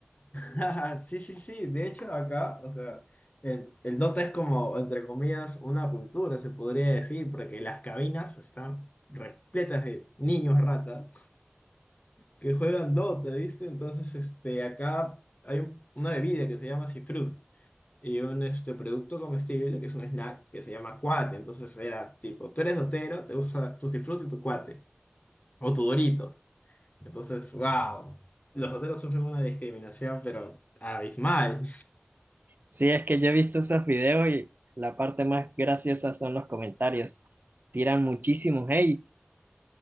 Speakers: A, on the left; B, on the right.
A: <laughs> Sí, sí, sí. De hecho, acá, o sea, el, el Dota es como, entre comillas, una cultura, se podría decir, porque las cabinas están repletas de niños ratas que juegan Dota, ¿viste? Entonces, este, acá hay un- una bebida que se llama Cifrut y un este, producto comestible que es un snack que se llama cuate. Entonces, era tipo, tú eres dotero, te gusta tu Cifrut y tu cuate, o tu Doritos. Entonces, wow, los doteros sufren una discriminación, pero abismal.
B: Sí, es que yo he visto esos videos y la parte más graciosa son los comentarios. Tiran muchísimos hate